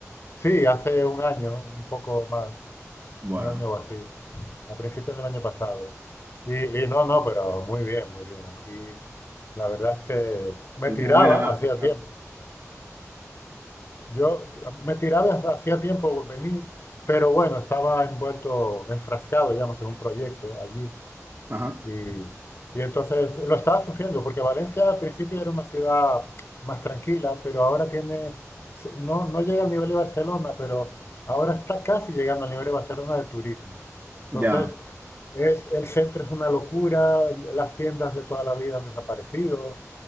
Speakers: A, on the left; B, on the right.
A: Sí, hace un año, un poco más,
B: Bueno,
A: un año o así, a principios del año pasado. Y, y no, no, pero muy bien, muy bien. Aquí la verdad es que me
B: al
A: tiraba
B: final no hay nada
A: hacía
B: en casa.
A: tiempo. Yo me tiraba hacía tiempo venir, pero bueno, estaba envuelto, enfrascado, digamos, en un proyecto allí
B: Ajá,
A: Y, y entonces lo estaba sufriendo, porque Valencia al principio era una ciudad más tranquila, pero ahora tiene, se- no, no llega al nivel de Barcelona, pero ahora está casi llegando al nivel de Barcelona de turismo. Entonces,
B: ya.
A: es, el centro es una locura, las tiendas de toda la vida han desaparecido.